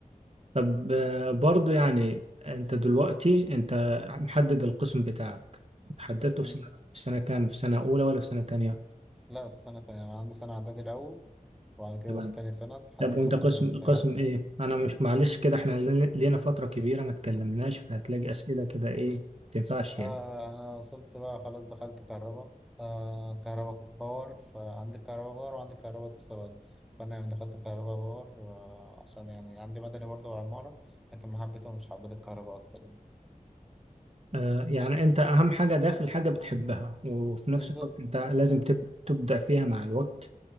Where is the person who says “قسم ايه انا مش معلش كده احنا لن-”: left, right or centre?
Right